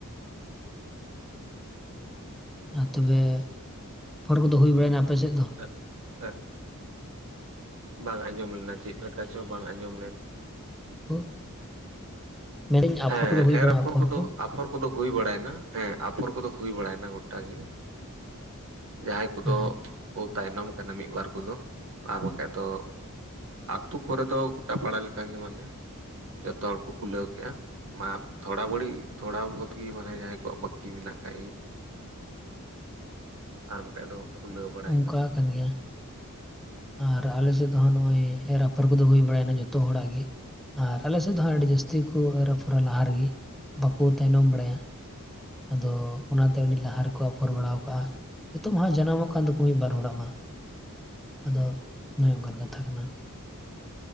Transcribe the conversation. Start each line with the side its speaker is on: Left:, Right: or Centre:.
Centre: ᱟᱨ ᱛᱚᱵᱮ ᱟᱯᱷᱚᱨ ᱠᱚᱫᱚ ᱦᱩᱭ ᱵᱟᱲᱟᱭᱱᱟ ᱟᱯᱮ ᱥᱮᱫ ᱫᱚ
Right: ᱦᱮᱸ ᱦᱮᱸ ᱵᱟᱝ ᱟᱸᱡᱚᱢ ᱞᱮᱱᱟ ᱪᱮᱫ ᱞᱮᱠᱟ ᱪᱚ ᱵᱟᱝ ᱟᱸᱡᱚᱢ ᱞᱮᱱᱟ
Centre: ᱳ ᱢᱮᱱᱫᱟᱹᱧ ᱟᱯᱷᱚᱨ
Right: ᱦᱮᱸ
Centre: ᱠᱚᱫᱚ ᱦᱩᱭ
Right: ᱮᱨ
Centre: ᱵᱟᱲᱟᱜᱼᱟ ᱟᱯᱷᱚᱨ
Right: ᱠᱚᱫᱚ
Centre: ᱠᱚ
Right: ᱟᱯᱷᱚᱨ ᱠᱚᱫᱚ ᱦᱩᱭ ᱵᱟᱲᱟᱭᱱᱟ ᱦᱮᱸ ᱟᱯᱷᱚᱨ ᱠᱚᱫᱚ ᱦᱩᱭ ᱵᱟᱲᱟᱭᱱᱟ ᱜᱚᱴᱟ ᱜᱮ ᱡᱟᱦᱟᱸᱭ ᱠᱚᱫᱚ
Centre: ᱦᱮᱸ
Right: ᱠᱚ ᱛᱟᱭᱱᱚᱢ ᱟᱠᱟᱱᱟ ᱢᱤᱫᱵᱟᱨ ᱠᱚᱫᱚ ᱟᱨ ᱵᱟᱠᱷᱟᱡ ᱫᱚ ᱟᱛᱩ ᱠᱚᱨᱮ ᱫᱚ ᱜᱚᱴᱟ ᱯᱟᱲᱟ ᱞᱮᱠᱟᱜᱮ ᱢᱟᱱᱮ ᱡᱚᱛᱚ ᱦᱚᱲ ᱠᱚ ᱠᱩᱞᱟᱹᱣ ᱠᱮᱜᱼᱟ ᱢᱟ ᱛᱷᱚᱲᱟ ᱵᱟᱹᱲᱤ ᱛᱷᱚᱲᱟ ᱵᱚᱦᱩᱛ ᱜᱤ ᱢᱟᱱᱮ ᱡᱟᱦᱟᱸᱭ ᱠᱚᱣᱟᱜ ᱵᱟᱹᱠᱤ ᱢᱮᱱᱟᱜ ᱠᱟᱜ ᱜᱤ ᱟᱨ ᱵᱟᱠᱷᱟᱡ ᱫᱚ ᱠᱩᱞᱟᱹᱣ ᱵᱟᱲᱟᱭᱮᱱᱟ
Centre: ᱚᱱᱠᱟ ᱟᱠᱟᱱ ᱜᱮᱭᱟ ᱟᱨ ᱟᱞᱮ ᱥᱮᱫ ᱫᱚ ᱦᱟᱸᱜ ᱱᱚᱜᱼᱚᱭ ᱮᱨ ᱟᱯᱷᱚᱨ ᱠᱚᱫᱚ ᱦᱩᱭ ᱵᱟᱲᱟᱭᱱᱟ ᱡᱚᱛᱚ ᱦᱚᱲᱟᱜ ᱜᱤ ᱟᱨ ᱟᱞᱮᱥᱮᱫ ᱫᱚ ᱦᱟᱸᱜ ᱟᱹᱰᱤ ᱡᱟᱹᱥᱛᱤ ᱠᱚ ᱮᱨ ᱟᱯᱷᱚᱨᱟ ᱞᱟᱦᱟ ᱨᱮᱜᱮ ᱵᱟᱠᱚ ᱛᱟᱭᱱᱚᱢ ᱵᱟᱲᱟᱭᱟ ᱟᱫᱚ ᱚᱱᱟᱛᱮ ᱟᱹᱰᱤ ᱞᱟᱦᱟ ᱨᱮᱠᱚ ᱟᱯᱷᱚᱨ ᱵᱟᱲᱟ ᱠᱟᱜᱼᱟ ᱱᱤᱛᱚᱜ ᱢᱟ ᱡᱟᱱᱟᱢᱚᱜ ᱠᱟᱱ ᱛᱟᱠᱚ ᱢᱤᱫ ᱵᱟᱨ ᱦᱚᱲᱟᱜ ᱢᱟ ᱟᱫᱚ ᱱᱚᱜᱼᱚᱭ ᱱᱚᱝᱠᱟᱱ ᱠᱟᱛᱷᱟ ᱠᱟᱱᱟ